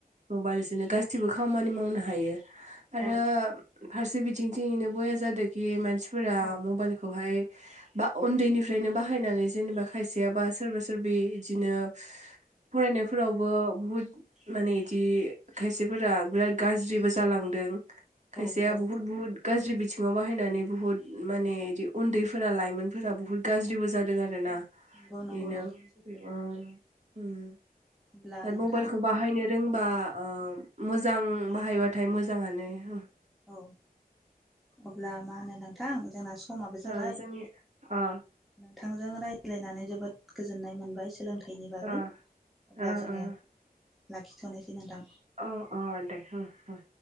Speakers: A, on the right; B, in the centre.
A: मबाइल बिदिनो गासिबो खामानि मावनो हायो। आरो
B: औ
A: फारसे बि थिंयैनो बया जादों कि मानसिफोरा
B: औ
A: मबाइलखौहाय बा उन्दैनिफ्रायनो बाहायनानै जेनेबा खायसेय बा सोरबा सोरबि बिदिनो फरायनायफोरावबो बुहुद माने बिदि खायसेफोरा बिराद गाज्रिबो जालांदों। खायसेया
B: औ
A: बहुत बहुत गाज्रि थिंआव बाहायनानै बुहुत माने इदि उन्दैफोरा लाइमोनफोरा बुहुत गाज्रिबो जादों आरो ना।
B: नंगौ नंगौ
A: बेनो
B: नोंथां सैथो
A: ओं ओम
B: अब्ला
A: बाद
B: नोंथां
A: मबाइलखौ बाहायनो रोंबा ओ मोजां बाहायबाथाय मोजाङानो ओम।
B: औ अब्ला मा होनो नोंथां जोंना सम माबो जाबाय।
A: ओ जोंनि अ
B: नोंथांजों रायज्लायनानै जोबोद गोजोननाय मोनबाय। सोलोंथाइनि बागै
A: अ
B: अब्ला
A: ओ
B: जोङो लाखिथ'नोसै नोंथां।
A: अ अ दे होम होम।